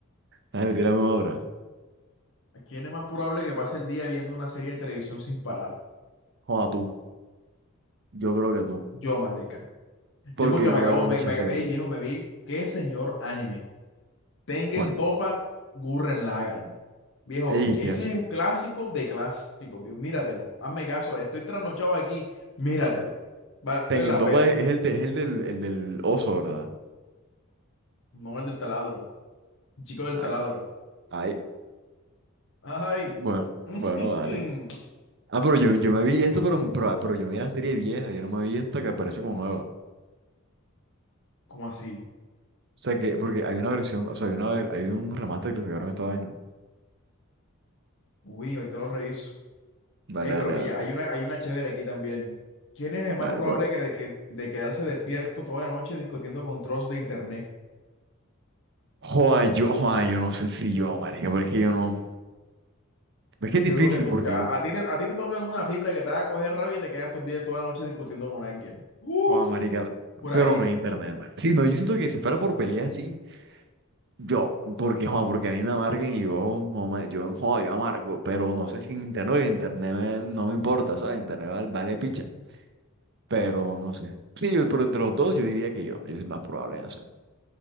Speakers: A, on the right (about 55°); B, on the left (about 60°).
A: A ver, tírame otra.
B: ¿A quién es más probable que pase el día viendo una serie de televisión sin parar?
A: Joda, tú. Yo creo que tú.
B: Yo, marica.
A: Porque
B: Yo porque
A: yo
B: me
A: no
B: acabo,
A: veo mucha
B: me, me,
A: serie.
B: ey, viejo, me vi qué señor anime. Tengen
A: ¿Cuál?
B: Topa, Gurren Lagann. Viejo,
A: Ey,
B: que
A: ¿qué
B: ese
A: es?
B: es un clásico de clásicos, viejo. Míratelo. Hazme caso, estoy trasnochado aquí. Míratelo. Vale
A: Tengen
B: la
A: Topa
B: pena.
A: es es el, de- es el del, el del oso, ¿verdad?
B: No el del taladro. El chico del
A: Ay,
B: taladro.
A: ay.
B: Ay.
A: Bueno,
B: Ujú.
A: bueno, vale. Ah, pero yo, yo me vi esto, pero, pero, pero yo me vi la serie vieja, yo no me vi esta que aparece como nueva. O
B: ¿Cómo así?
A: sea que, porque hay una versión, o sea, hay una, hay un remaster que le sacaron a esta vaina.
B: Uy, ahorita lo reviso.
A: Dale,
B: Ey, pero
A: dale,
B: pilla,
A: dale.
B: hay una, hay una chévere aquí también. ¿Quién es el más
A: Dale,
B: probable
A: ¿cuál?
B: que de, que, de quedarse despierto toda la noche discutiendo con trolls de internet?
A: Joder, yo, joder, yo no sé si yo, marica, porque yo no. Es que es
B: Yo
A: difícil
B: creo que tú,
A: porque
B: porque a,
A: yo,
B: a ti te, a ti te toca en una fibra que te va a coger rabia y te quedas estos días toda la noche discutiendo con alguien. Uf,
A: joder, marica,
B: curadito.
A: pero no hay internet, man. Sí, no, yo siento que si fuera por pelea, sí. Yo, porque, joder, porque a mí me amarguen y yo, no me, yo, joder, yo amargo, pero no sé si en internet, en internet me- no me importa, ¿sabes? Internet vale, vale picha. Pero no sé. Sí, yo- pero entre los dos yo diría que yo. Yo soy más probable en hacer.